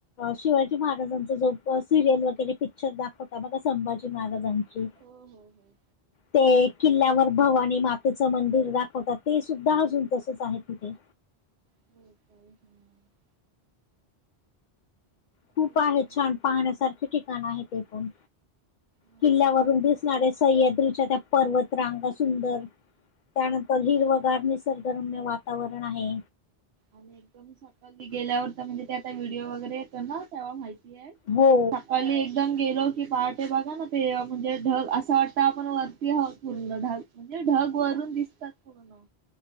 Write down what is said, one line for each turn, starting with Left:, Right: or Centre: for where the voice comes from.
Left: शिवाजी महाराजांचं जो सिरियल वगैरे पिक्चर दाखवता बघा संभाजी महाराजांची.
Right: हो हो हो.
Left: ते किल्ल्यावर भवानी मातेचं मंदिर दाखवतात, ते सुद्धा अजून तसच आहे तिथे.
Right: <unintelligible>
Left: खूप
Right: तेच
Left: आहेत छान. पाहण्यासारखे ठिकाणं आहेत ते पण
Right: ना.
Left: किल्ल्यावरून दि स्याद त्या पर्वत रांगा सुंदर त्यानंतर
Right: हो
Left: हिरव गार निसर्ग. तरतरम्य वातावरण आहे.
Right: आणि एकदम सकलती गेल्यावर तर म्हणजे ते आता व्हिडिओ वगैरे येतो ना तेव्हा माहिती येस
Left: हो
Right: थकवली. एकदम गेलो की, पहाटे बघा ना ते अ म्हणजे ढग असं वाटत, आपण वरती आहोत पूर्ण. ढग म्हणजे ढग वरून दिसतात पूर्ण.